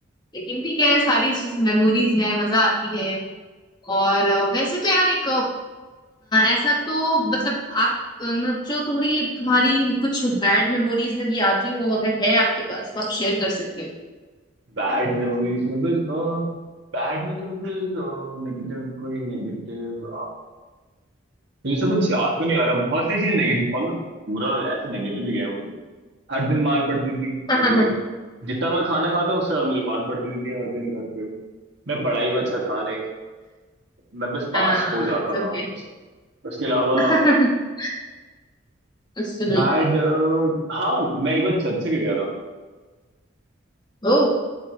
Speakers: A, on the left (about 20°); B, on the right (about 55°).
A: लेकिन ठीक है सारी मेमोरीज हैं मजा आती है और अ, वैसे तो यार एक अ, ऐसा तो मतलब आप अ, जो थोड़ी तुम्हारी कुछ बैड मेमोरीज में भी आती हो अगर है आपके पास तो आप शेयर कर सकते हो
B: बैड मेमोरीज में बस बैड में तो बस नेगेटिव कोई नेगेटिव मुझे सब कुछ याद तो नहीं आ रहा बहुत सारी चीजें नेगेटिव ऑलमोस्ट पूरा ऐसे नेगेटिव ही गया है मुझे हर दिन मार पड़ती थी
A: <laughs>
B: वो तो एक जितना मैं खाना खाता हूँ उससे ज्यादा मुझे मार पड़ती थी हर दिन घर पे मैं पढ़ाई में अच्छा था नहीं मैं बस पास
A: हाँ
B: हो जाता
A: ओके
B: था बस उसके अलावा
A: <laughs> बिल्कुल।
B: बैड हाँ मैं एक बार छत से गिर गया था
A: ओ